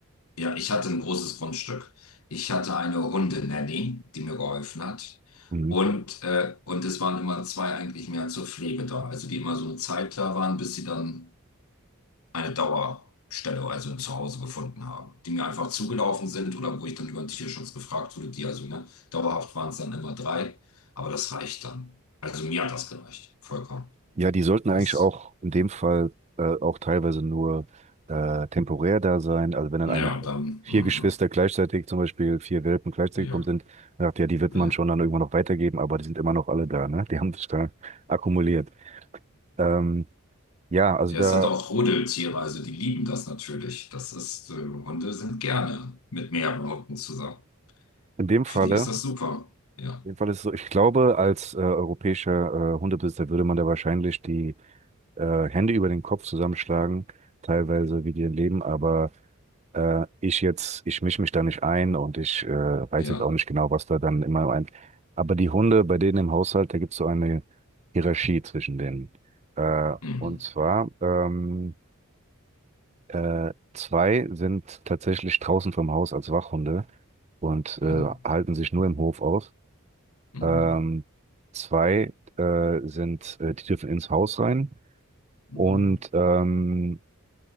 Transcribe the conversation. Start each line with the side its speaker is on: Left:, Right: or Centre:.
Left: ja, ich hatte ein großes Grundstück. Ich hatte eine Hundenanny, die mir geholfen hat.
Right: Mhm.
Left: Und, äh, und es waren immer zwei eigentlich mehr zur Pflege da, also die immer so eine Zeit da waren, bis sie dann eine Dauerstelle, also ein Zuhause gefunden haben, die mir einfach zugelaufen sind oder wo ich dann über den Tierschutz gefragt wurde, die also, ne, dauerhaft waren es dann immer drei, aber das reicht dann. Also mir hat das gereicht, vollkommen.
Right: Ja, die sollten
Left: Das,
Right: eigentlich auch in dem Fall äh, auch teilweise nur äh, temporär da sein. Also wenn dann
Left: ja,
Right: einmal
Left: und dann,
Right: vier
Left: mhm,
Right: Geschwister gleichzeitig, zum Beispiel vier Welpen gleichzeitig
Left: ja,
Right: gekommen sind, dann sagt ja, die wird man
Left: ja.
Right: schon dann irgendwann noch weitergeben, aber die sind immer noch alle da, ne? Die haben sich da akkumuliert. Ähm, ja, also
Left: Ja,
Right: da
Left: es sind auch Rudeltiere, also die lieben das natürlich. Das ist, äh, Hunde sind gerne mit mehreren Hunden zusammen.
Right: in dem
Left: Für
Right: Falle,
Left: die ist das super. Ja,
Right: in dem Fall ist es so, ich glaube, als äh, europäischer äh, Hundebesitzer würde man da wahrscheinlich die äh, Hände über den Kopf zusammenschlagen, teilweise wie die leben, aber äh, ich jetzt, ich mische mich da nicht ein und ich äh, weiß
Left: ja.
Right: jetzt auch nicht genau, was da dann immer ein. Aber die Hunde bei denen im Haushalt, da gibt es so eine Hierarchie zwischen denen. Äh,
Left: Mhm.
Right: und zwar, ähm, äh, zwei sind tatsächlich draußen vom Haus als Wachhunde und äh,
Left: Mhm.
Right: halten sich nur im Hof auf.
Left: Mhm.
Right: Ähm, zwei äh, sind, äh, die dürfen ins Haus rein.
Left: Mhm.
Right: Und ähm,